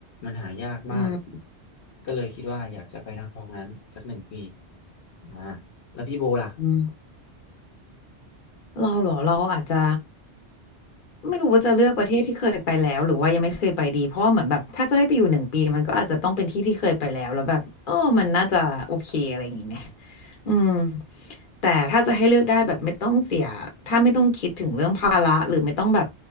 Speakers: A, on the left; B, on the left.
A: มันหายากมาก
B: อืม
A: ก็เลยคิดว่าอยากจะไปนำตรองนั้นสักหนึ่งปีอ่าแล้วพี่โบล่ะ
B: อืม เราเหรอเราอาจจะไม่รู้ว่าจะเลือกประเทศที่เคยไปแล้วหรือว่ายังไม่เคยไปดีเพราะว่าเหมือนแบบถ้าจะให้ไปอยู่หนึ่งปีมันก็อาจจะต้องเป็นที่ที่เคยไปแล้วแล้วแบบเออมันน่าจะโอเคอะไรอย่างงี้ไหมอืมแต่ถ้าจะให้เลือกได้แบบไม่ต้องเสียถ้าไม่ต้องคิดถึงเรื่องภาระหรือไม่ต้องแบบ